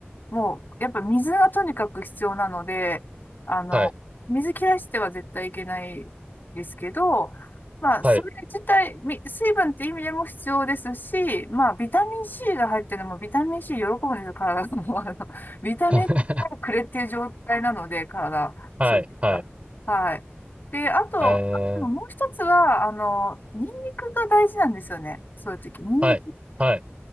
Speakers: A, on the left; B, on the right.
A: もう、やっぱ水がとにかく必要なので、あの、
B: はい、
A: 水切らしては絶対いけないですけど、まあ、
B: はい。
A: それ自体、み水分って意味でも必要ですし、まあ、ビタミン C が入ってるのも、ビタミン C 喜ぶんですよ、体が。もう、あの、ビタミン
B: <laughs>
A: C をくれっていう状態なので、体、
B: はい、
A: そういったはい。
B: はい。
A: で、あと、
B: え
A: でももう一つは、
B: ー、
A: あの、ニンニクが大事なんですよね。そういう時。ニンニク
B: はい、はい、